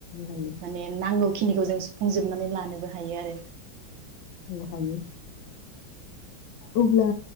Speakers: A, on the left; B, on the right.
A: हायो
B: माने नांगौखि निखौ जों सुफुंजोबनानै लानोबो हायो आरो।
A: ओ हायो। अब्ला